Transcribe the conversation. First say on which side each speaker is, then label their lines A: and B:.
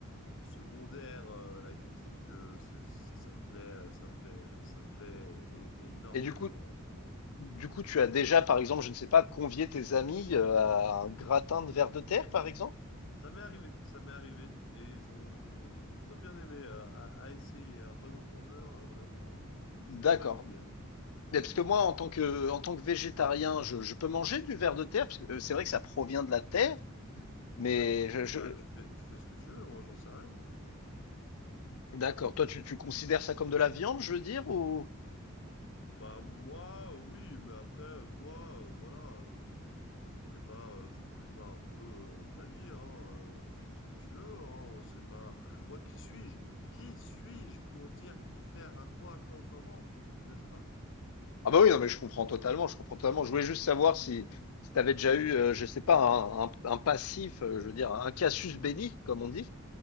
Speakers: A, on the left (about 60°); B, on the left (about 85°).
A: secondaires. euh, la cuisine, que c'est- c'est- ça me plaît, euh, ça me plaît, euh, ça me plaît é- énormément,
B: et du coup,
A: vraiment.
B: du coup, tu as déjà, par exemple, je ne sais pas, convié tes amis euh, à un gratin de ver de terre, par exemple?
A: Ça m'est arrivé, ça m'est arrivé, et ils ont, ils ont, ils ont plutôt bien aimé, euh, à, à essayer. Un bon entendeur, euh, vraiment, euh, c'est
B: D'accord.
A: une bonne idée. hein.
B: Mais Parce que moi, en tant que, en tant que végétarien, je, je peux manger du ver de terre, parce que euh, c'est vrai que ça provient de la terre, mais
A: Bah, tu,
B: je, je-
A: bah, tu fais, tu fais ce que tu veux, moi, j'en sais rien. hein.
B: D'accord. Toi, tu, tu considères ça comme de la viande, je veux dire, ou...
A: Bah moi, euh, oui, mais après, euh, toi, euh, voilà, euh, je ne connais pas, euh, je connais pas un peu euh, ta vie, hein, euh, tu fais ce que tu veux, hein, c'est pas... Moi, qui suis-je? Qui suis-je pour dire qui faire à quoi, quand, comment, n'est-ce pas?
B: Ah bah oui, non mais je comprends totalement, je comprends totalement. Je voulais juste savoir si, si tu avais déjà eu, euh, je sais pas, un, un- un passif, euh, je veux dire, un casus belli, comme on dit,